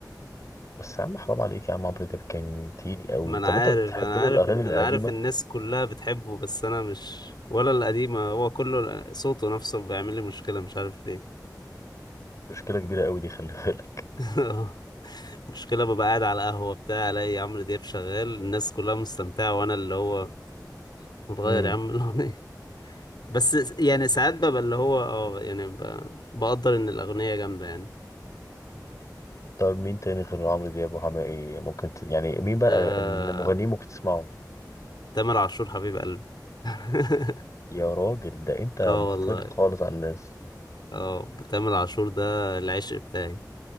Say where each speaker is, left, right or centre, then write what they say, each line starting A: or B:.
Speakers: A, on the left (about 45°); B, on the left (about 85°).
A: بس يا عم حرام عليك يا عم عمرو دياب كان تقيل قوي
B: ما انا
A: طب
B: عارف
A: انت بتحب
B: انا
A: له
B: عارف
A: الاغاني
B: انا
A: القديمه
B: عارف الناس كلها بتحبه بس انا مش ولا القديمة هو كله الق- صوته نفسه بيعمل لي مشكلة مش عارف ليه
A: مشكله كبيره قوي دي خلي بالك
B: <laughs> مشكلة ببقى قاعد على قهوة بتاع الاقي عمرو دياب شغال الناس كلها مستمتعة وانا اللي هو متغير
A: امم
B: يا عم الاغنية <laughs> بس يعني ساعات ببقى اللي هو اه يعني ب- بقدر ان الاغنية جامدة يعني
A: طب مين تاني غير عمرو دياب وحماقي ممكن ت... يعني مين بقى
B: آه...
A: المغنيين ممكن تسمعه
B: تامر عاشور حبيب قلبي <laughs>
A: يا راجل ده انت
B: اه
A: مختلف
B: والله
A: خالص عن الناس
B: اه تامر عاشور ده العشق بتاعي